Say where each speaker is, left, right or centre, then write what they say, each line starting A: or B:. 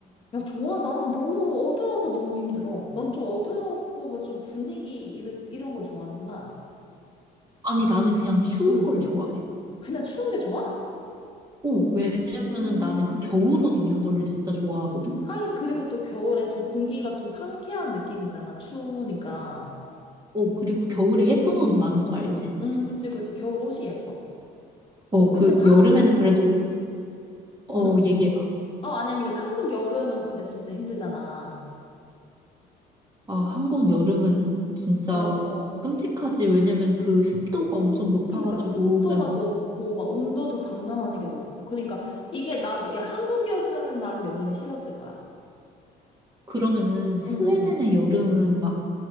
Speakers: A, on the left (about 30°); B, on the right (about 25°).
A: 야, 좋아. 나는 너무 어두워서 너무 힘들어. 넌 좀 어두웠고, 뭐 좀 분위기 이런, 이런 걸 좋아하는구나.
B: 아니, 나는 그냥 추운
A: 응.
B: 걸 좋아해.
A: 그냥 추운 게 좋아?
B: 어, 왜냐면은
A: 음.
B: 나는 그 겨울 옷 입는 거를 진짜 좋아하거든?
A: 하긴, 그리고 또 겨울에 좀 공기가 좀 상쾌한 느낌이잖아, 추우니까.
B: 어, 그리고 겨울에 예쁜
A: 응, 음.
B: 옷 많은 거 알지?
A: 음, 그치, 그치. 겨울 옷이 예뻐.
B: 어, 그
A: 근데 한국,
B: 여름에는 그래도,
A: 어,
B: 어,
A: 응.
B: 얘기해봐.
A: 어, 아니, 아니, 근데 한국 여름은 근데 진짜 힘들잖아.
B: 아, 한국 여름은 진짜
A: 어, 어.
B: 끔찍하지. 왜냐면 그 습도가 엄청 높아가지고,
A: 그러니까 습도가
B: 그냥,
A: 높고, 막 온도도 장난 아니게 높고. 그러니까 이게 난, 이게 한국이었으면 난 여름이 싫었을 거야.
B: 그러면은 스웨덴의
A: 응, 응,
B: 여름은 막